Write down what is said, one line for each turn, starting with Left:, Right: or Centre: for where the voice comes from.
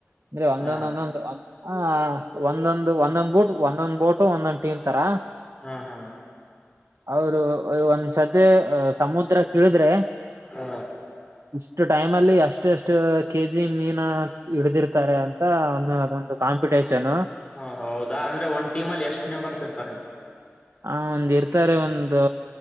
Right: ಅಂದ್ರೆ ಒಂದೊಂದ
Left: ಹಾ
Right: ಒಂದೊಂದು ಹ ಒಂದೊಂದ್ ಒಂದೊಂದ್ ಬೊಟ್ ಒಂದೊಂದ್ ಬೋಟು ಒಂದೊಂದ್ ಟೀಮ್ ತರಾ
Left: ಹಾ ಹಾ
Right: ಅವರು ಒಂದ್ಸತಿ ಸಮುದ್ರ ಕಿಳಿದ್ರೆ
Left: ಹ್ಮ
Right: ಇಷ್ಟು ಟೈಮ್ ಅಲ್ಲಿ ಅಷ್ಟ ಎಷ್ಟು ಕೆ ಜಿ ಮೀನು ಹಿಡಿದಿರುತ್ತಾರೆ ಅಂತ ಒಂದು ಅದೊಂದು ಕಾಂಪಿಟೇಷನು
Left: ಹಾ ಹೌದಾ ಅಂದ್ರೆ ಒಂದ ಟೀಮ್ ಅಲ್ಲಿ ಎಷ್ಟ್ ಮೆಂಬರ್ಸ್ ಇರ್ತಾರೆ
Right: ಹ ಒಂದ್ ಇರ್ತಾರೆ ಒಂದು